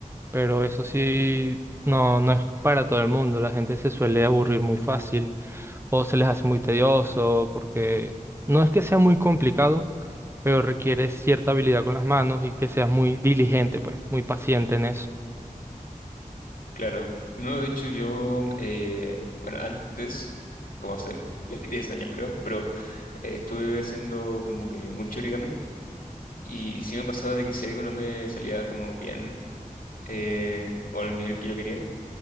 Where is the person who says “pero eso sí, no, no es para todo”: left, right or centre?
Right